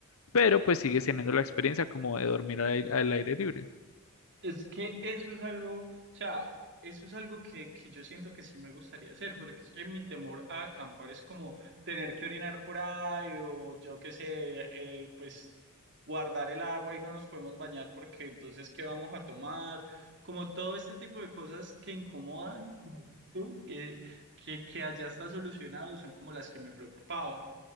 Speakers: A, on the left; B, on the right.
A: pero pues sigues teniendo la experiencia como de dormir al aire, al aire libre.
B: Es que eso es algo, o sea, eso es algo que, que yo siento que sí me gustaría hacer, porque es que mi temor a acampar es como tener que orinar por ahí o yo qué sé, eh, pues guardar el agua y no nos podemos bañar porque entonces ¿qué vamos a tomar? Como todo este tipo de cosas que incomodan, como dices tú, que, que, que allá está solucionado, son como las que me preocupaba.